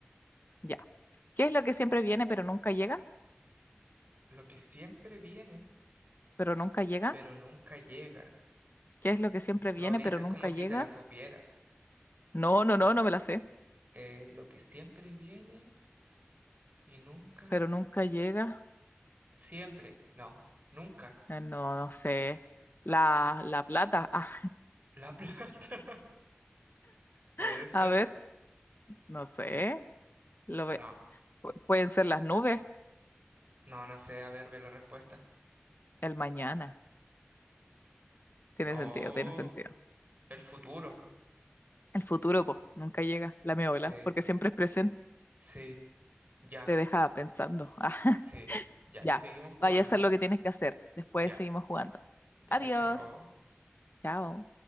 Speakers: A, on the left; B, on the right.
A: ya. ¿Qué es lo que siempre viene pero nunca llega?
B: Lo que siempre viene,
A: ¿Pero nunca llega?
B: pero nunca llega.
A: ¿Qué es lo que siempre
B: Lo
A: viene
B: dices
A: pero nunca
B: como si
A: llega?
B: te la supieras.
A: No, no, no, no me la sé.
B: Eh, lo que siempre viene. Y nunca,
A: Pero nunca llega.
B: siempre, no, nunca.
A: Eh, No, no sé. La, la plata. Ah,
B: La <laughs> plata. Puede
A: <laughs>
B: ser.
A: a ver, no sé. Lo ve-
B: No,
A: pu- pueden ser las nubes,
B: no, no sé. A ver, ve la respuesta.
A: el mañana. Tiene
B: Oh,
A: sentido, tiene sentido.
B: el futuro.
A: El futuro, po, nunca llega, la miola,
B: Sí,
A: porque siempre es presente.
B: sí, ya,
A: Te deja pensando. <laughs> Ah,
B: sí, ya.
A: ya.
B: Y seguimos jugando.
A: Vaya a hacer lo que tienes que hacer. Después
B: Ya,
A: seguimos jugando.
B: ya,
A: Adiós.
B: chao.
A: Chao.